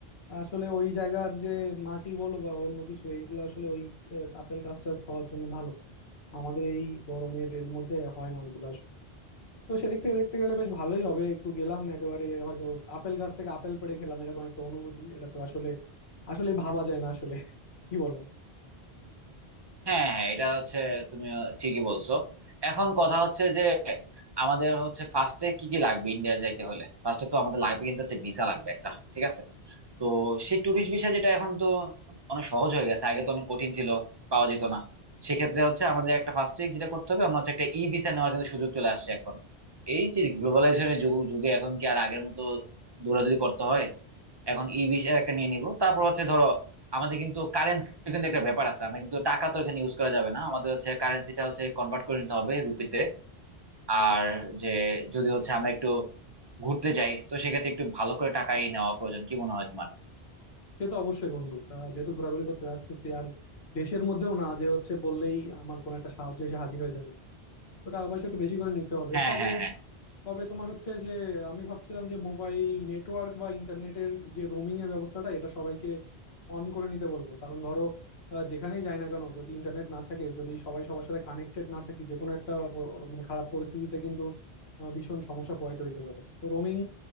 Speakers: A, on the left; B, on the right.
A: আসলে ওই জায়গার যে মাটি বলো বা অন্য কিছু এইগুলো আসলে ওই আহ, আপেল গাছ টাছ হওয়ার জন্য ভালো আমাদের এই গরমের রেল মধ্যে হয় না ওইগুলো আসলে তো সেদিক থেকে দেখতে গেলে বেশ ভালোই হবে একটু গেলাম একেবারে হয়তো আপেল গাছ থেকে আপেল পেড়ে খেলাম এরকম একটা অনুভূতি এটা তো আসলে আসলে ভাবা যায় না আসলে কি বলো
B: হ্যাঁ হ্যাঁ এটা হচ্ছে তুমি ঠিকই বলছো এখন কথা হচ্ছে যে আমাদের হচ্ছে ফার্স্টে কি কি লাগবে ইন্ডিয়া যাইতে হলে ফার্স্টে তো আমাদের লাগবে কিন্তু হচ্ছে ভিসা লাগবে একটা ঠিক আছে তো সেই ট্যুরিস্ট ভিসা যেটা এখন তো অনেক সহজ হয়ে গেছে আগে তো অনেক কঠিন ছিল পাওয়া যেত না সেক্ষেত্রে হচ্ছে আমাদের একটা ফার্স্টে যেটা করতে হবে আমরা হচ্ছে একটা ই ভিসা নেওয়ার কিন্তু সুযোগ চলে আসছে এখন এই যে গ্লোবালাইজেশনের যুগ যুগে এখন কি আর আগের মতো দৌড়াদৌড়ি করতে হয় এখন ই ভিসার একটা নিয়ে নিব তারপর হচ্ছে ধরো আমাদের কিন্তু কারেন্সি কিন্তু একটা ব্যাপার আছে আমরা কিন্তু টাকা তো এখানে ইউজ করা যাবে না আমাদের হচ্ছে কারেন্সিটা হচ্ছে কনভার্ট করে নিতে হবে রুপিতে আর যে যদি হচ্ছে আমরা একটু ঘুরতে যাই তো সেক্ষেত্রে একটু ভালো করে টাকাই নেওয়া প্রয়োজন কি মনে হয় তোমার
A: সে তো অবশ্যই বন্ধু আহ, যেহেতু ঘোরাঘুরি করতে যাচ্ছি আর দেশের মধ্যেও না যে হচ্ছে বললেই আমার কোনো একটা সাহায্য এসে হাজির হয়ে যাবে তো টাকা পয়সা একটু বেশি করে নিতে হবে
B: হ্যাঁ
A: তবে
B: হ্যাঁ হ্যাঁ
A: তবে তোমার হচ্ছে যে আমি ভাবছিলাম যে মোবাইল নেটওয়ার্ক বা ইন্টারনেটের যে রোমিং এর ব্যবস্থাটা এটা সবাইকে অন করে নিতে বলবো কারণ ধরো আহ, যেখানেই যাই না কেন যদি ইন্টারনেট না থাকে যদি সবাই সবার সাথে কানেক্টেড না থাকি যে কোনো একটা প- মানে খারাপ পরিস্থিতিতে কিন্তু আহ, ভীষণ সমস্যা পোহাইতে হইতে পারে তো রোমিং